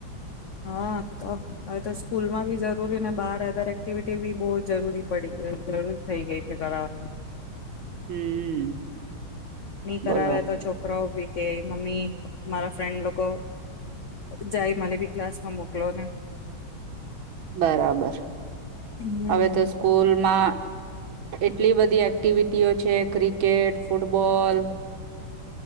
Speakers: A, on the left (about 80°); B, on the right (about 75°).
A: હા તો હવે તો સ્કૂલમાં બી જરૂરી ને બાર ઓધર એક્ટિવિટી બી બહ જરૂરી પડી જરૂર થઈ ગઈ છે કરાવાની
B: હમ
A: ની કરાવે
B: બોલો
A: તો છોકરાઓ ભી કે મમ્મી મારા ફ્રેન્ડ લોકો જાય મને બી ક્લાસમાં મોકલો ને
B: બરાબર
A: હમ
B: હવે તો સ્કૂલમાં એટલી બધી એક્ટિવિટીઓ છે ક્રિકેટ ફૂટબોલ